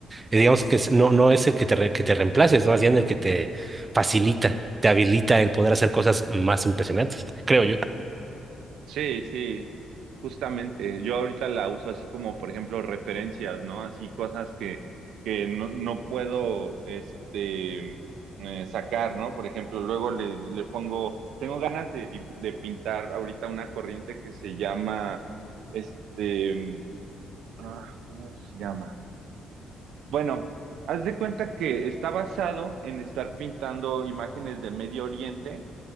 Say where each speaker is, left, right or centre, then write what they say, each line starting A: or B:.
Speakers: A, on the right; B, on the right.
A: Y digamos que es- no, no es el que te, re- que te reemplace, es más bien el que te facilita, te habilita el poder hacer cosas más impresionantes, creo yo,
B: Sí, sí, justamente. Yo ahorita la uso así como, por ejemplo, referencias, ¿no? Así cosas que, que no, no puedo, este, eh, sacar, ¿no? Por ejemplo, luego le, le pongo, tengo ganas de, dibu- de pintar ahorita una corriente que se llama, este, ah, ¿cómo se llama? Bueno, haz de cuenta que está basado en estar pintando imágenes de Medio Oriente